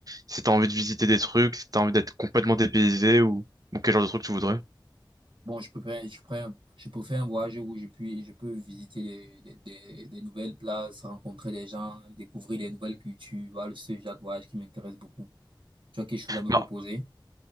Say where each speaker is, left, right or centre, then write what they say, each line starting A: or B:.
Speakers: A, on the right; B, on the right.
A: si t'as envie de visiter des trucs, si t'as envie d'être complètement dépaysé ou, ou quel genre de truc tu voudrais?
B: Bon, je peux, faire- je prends, je peux faire un voyage où je puis, je peux visiter des, des, des, des nouvelles places, rencontrer des gens, découvrir des nouvelles cultures. Voilà, ce genre de voyage qui m'intéresse beaucoup. Tu as quelque chose à me
A: Bah,
B: proposer?